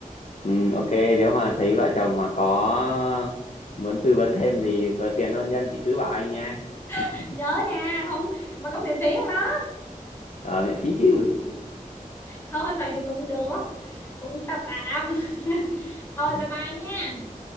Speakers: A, on the left; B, on the left.
A: Ừ, ok nếu mà thấy vợ chồng mà có muốn tư vấn thêm gì có tiền hôn nhân thì cứ bảo anh nha <laughs>
B: <laughs> nhớ nha không mà có miễn phí không đó
A: ở miễn phí chứ
B: thôi vậy thì cũng được cũng tạm tạm <laughs> thôi
A: ừ,
B: bye bye nha